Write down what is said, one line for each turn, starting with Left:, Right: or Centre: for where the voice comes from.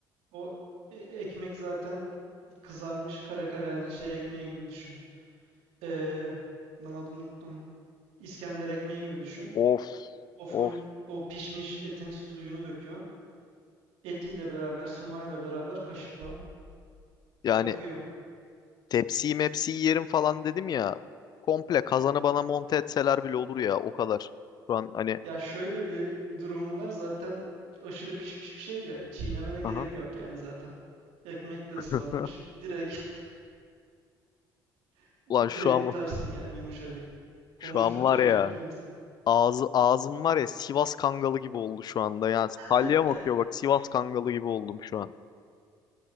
Right: O e- ekmek zaten kızarmış kara kara hani şey ekmeği gibi düşün. Ee, lan adını unuttum. İskender ekmeği gibi düşün.
Left: of
Right: O full
Left: of.
Right: o pişmiş etin suyunu döküyorsun. Etiyle beraber, sumağıyla beraber kaşıkla.
Left: Yani
Right: Akıyor.
Left: Tepsiyi mepsiyi yerim falan dedim ya. Komple kazanı bana monte etseler bile olur ya o kadar. Şu an hani
Right: Ya şöyle bir durumu var zaten aşırı pişmiş bir şey ya. Çiğnemene gerek
Left: aha.
Right: yok yani zaten. Ekmekle ıslanmış.
Left: <laughs>
Right: Direkt <laughs> direkt
Left: Ulan şu an
Right: yutarsın yani yumuşacık.
Left: şu
Right: Konuştukça
Left: an var
Right: acıktı
Left: ya
Right: insan.
Left: ağzı ağzım var ya Sivas Kangalı gibi oldu şu anda. Yani salyam
Right: <laughs>
Left: akıyor bak Sivas Kangalı gibi oldum şu an.